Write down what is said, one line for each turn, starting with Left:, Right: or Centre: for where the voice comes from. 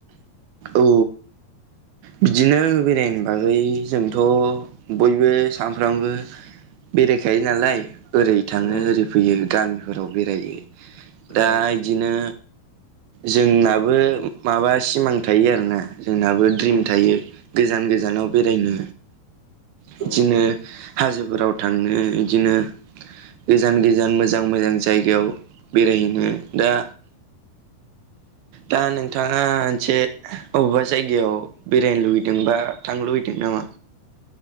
Right: औ बिदिनो बेरायनो बागै जोंथ' बयबो सानफ्रामबो बेरायखायो नालाय ओरै थाङो
Left: उम
Right: ओरै फैयो गामिफोराव बेरायो दा
Left: औ
Right: बिदिनो जोंनाबो माबा सिमां थायो आरोना जोंनाबो द्रिम
Left: उम
Right: थायो गोजान गोजानाव बेरायनो बिदिनो
Left: औ
Right: हाजोफोराव थांनो बिदिनो गोजान गोजान मोजां मोजां जायगायाव बेरायहैनो दा दा नोंथाङा मोनसे अबेबा जायगायाव बेरायनो लुबैदों बा थांनो लुबैदों नामा।